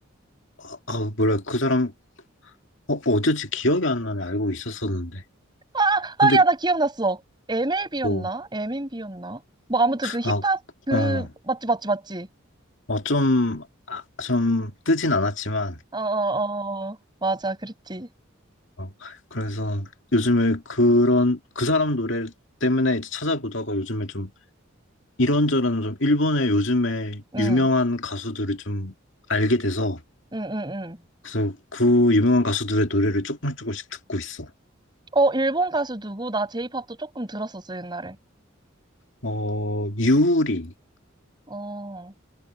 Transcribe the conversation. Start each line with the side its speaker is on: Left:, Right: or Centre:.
Left: 아, 아, 뭐그 사람, 어, 어쩐지 기억이 안 나네. 알고 있었었는데.
Right: 아,
Left: 근데
Right: 아, 야, 나 기억났어. MLB였나?
Left: 뭐,
Right: MNB였나? 뭐, 아무튼 그 힙합,
Left: 아,
Right: 그,
Left: 어,
Right: 맞지, 맞지, 맞지.
Left: 어, 좀, 아, 좀 뜨진 않았지만,
Right: 어, 어, 어. 맞아, 그랬지.
Left: 어, 그래서 요즘에 그런, 그 사람 노래 때문에 이제 찾아보다가 요즘에 좀 이런저런 좀 일본의 요즘에
Right: 응,
Left: 유명한 가수들을 좀 알게 돼서
Right: 응, 응, 응.
Left: 그래서 그 유명한 가수들의 노래를 조금씩 조금씩 듣고 있어.
Right: 어, 일본 가수 누구? 나 J-pop도 조금 들었었어, 옛날에.
Left: 어, 유리
Right: 어.